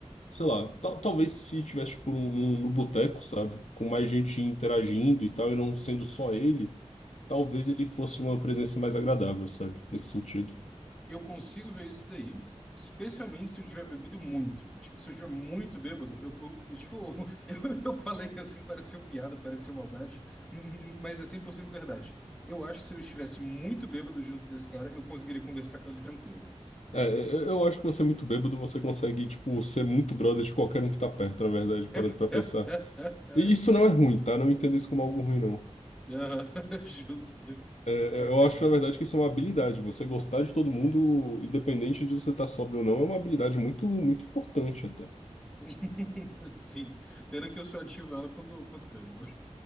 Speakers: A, on the left; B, in the centre.
A: sei lá, tal- talvez se tivesse, tipo, num, num- no boteco, sabe? Com mais gente interagindo e tal, e não sendo só ele, talvez ele fosse uma presença mais agradável, sabe? Nesse sentido.
B: Eu consigo ver isso daí, especialmente se eu tiver bebido muito. Tipo, se eu estiver muito bêbado, eu, eu- eu- tipo, <laughs> eu, eu falei assim, pareceu piada, pareceu maldade, <laughs> mas é 100% verdade. Eu acho que se eu estivesse muito bêbado junto desse cara, eu conseguiria conversar com ele tranquilo.
A: É, é, eu, eu acho que você é muito bêbado, você consegue, tipo, ser muito brother de qualquer um que tá perto, na verdade, parando
B: <laughs>
A: pra pensar. E isso não é ruim, tá? Não entenda isso como algo ruim, não.
B: Ah, <laughs> Justo.
A: É, é,
B: É,
A: eu
B: cara.
A: acho, na verdade, que isso é uma habilidade. Você gostar de todo mundo, independente de você estar sóbrio ou não, é uma habilidade muito, muito importante até.
B: <laughs> Sim. Pena que eu só ativo ela quando, quando bebo.